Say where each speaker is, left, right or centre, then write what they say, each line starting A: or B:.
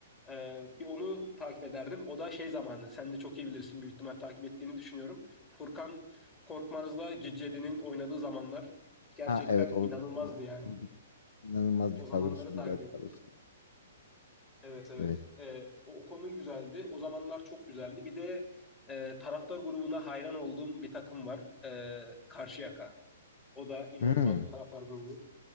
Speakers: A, on the left; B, on the left.
A: E, bir onu takip ederdim. O da şey zamanı. Sen de çok iyi bilirsin büyük ihtimal takip ettiğini düşünüyorum. Furkan Korkmaz'la Cicedi'nin oynadığı zamanlar gerçekten
B: Ha evet o,
A: inanılmazdı
B: o zaman
A: yani.
B: iyi bir İnanılmaz bir
A: O
B: kadrosu,
A: zamanları takip
B: güzel bir
A: ettim.
B: kadrosu var.
A: Evet evet.
B: Evet.
A: Ee, o, o konu güzeldi. O zamanlar çok güzeldi. Bir de e, taraftar grubuna hayran olduğum bir takım var. Ee, Karşıyaka. O da inanılmaz
B: Hmm,
A: bir taraftar grubu.